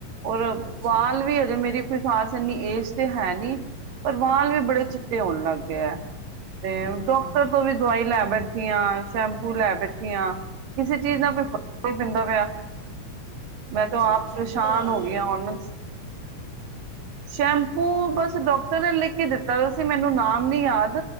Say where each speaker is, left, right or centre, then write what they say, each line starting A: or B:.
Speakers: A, on the right; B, on the right.
A: ਔਰ
B: ਅੱਛਾ
A: ਵਾਲ ਵੀ ਅ ਮੇਰੀ ਕੋਈ ਖ਼ਾਸ ਇੰਨੀ ਏਜ ਤੇ ਹੈ ਨੀ। ਪਰ ਵਾਲ ਵੀ
B: ਅੱਛਾ
A: ਬੜੇ ਚਿੱਟੇ ਹੋਣ ਲੱਗ ਗਿਆ। ਤੇ ਡੋਕਟਰ
B: ਫਿਰ
A: ਤੋਂ ਵੀ ਦਵਾਈ ਲੈ ਬੈਠ ਠੀਆਂ, ਸ਼ੈਂਪੂ ਲੈ ਬੈਠੀ ਆਂ। ਕਿਸੇ ਚੀਜ਼ ਨਾ ਕੋਈ ਫਰਕ ਨੀ ਪੈਂਦਾ ਪਿਆ। ਮੈਂ
B: ਅੱਛਾ
A: ਤੋ ਆਪ
B: ਸ਼ੈਂਪੂ
A: ਪਰੇਸ਼ਾਨ
B: ਕਲਾ ਲਾਉਂਦੇ
A: ਹੋ ਗਈ ਆ। ਆਲਮੰਸ ਸ਼ੈਂਪੂ ਬਸ ਡੋਕਟਰ ਨੇ ਲ਼ਿਖ ਕੇ ਦਿੱਤ ਦਰਾ ਸੀ ਮੈਨੂੰ ਨਾਮ ਨੀ ਯਾਦ,